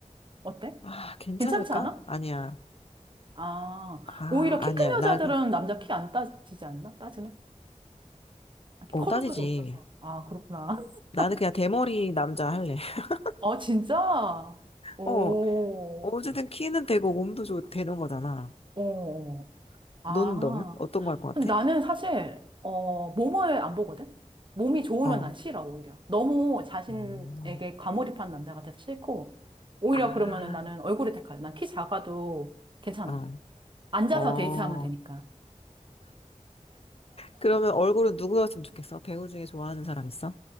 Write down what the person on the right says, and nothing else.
어때?
괜찮지 않아?
아,
오히려 키
큰
여자들은
남자 키 안 따지지 않나? 따지나? 아,
커본
적도 없어서. 아, 그렇구나. <laughs>
어, 진짜? 오,
오. 아.
근데 나는 사실, 어, 몸을 안 보거든? 몸이 좋으면
난 싫어, 오히려. 너무 자신에게
과몰입한 남자가 돼서 싫고, 오히려
그러면은 나는 얼굴을 택할래. 난 키 작아도 괜찮아.
앉아서
데이트하면 되니까.